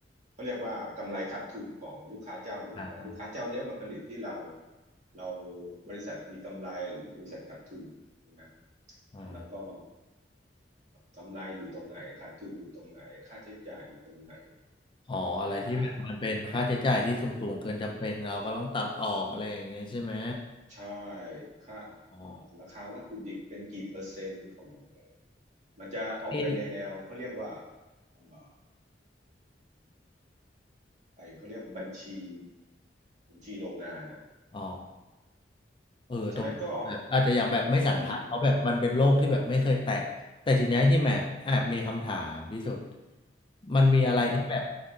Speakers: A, on the right; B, on the left.
A: เขาเรียกว่ากำไรขาดทุนของลูกค้าเจ้านี้ว่าลูกค้าเจ้านี้มาผลิตที่เรา
B: อ่าอ่า
A: เราบริษัทมีกำไรหรือบริษัทขาดทุนนะ
B: อ่า
A: แล้วก็กำไรอยู่ตรงไหนขาดทุนอยู่ตรงไหนค่าใช้จ่ายอยู่ตรงไหน
B: อ๋ออะไรที่แบบมันเป็นค่าใช้จ่ายที่สูงๆเกินจำเป็นเราก็ต้องตัดออกอะไรอย่างเงี้ยใช่ไหม
A: ค่าใช่ค่า่ราคาวัตถุดิบเป็นกี่เปอร์เซ็นต์ของ
B: อ๋อ
A: มันจะออกไปในแนวเขาเรียกว่า
B: ที่
A: เไอเขาเรียกบัญชีบัญชีโรงงานอ่ะ
B: อ๋อเออตรงนี้แบบอาจจะยังแบบไม่สันทัดเพราะแบบมันเป็นโลกที่แบบไม่เคยแตะ
A: เพราะฉะนั้นก็ อืมนี้
B: แต่ทีเนี้ยที่แมบแอบมีคำถามพิสุทธิ์มันมีอะไรที่แบบ
A: อืม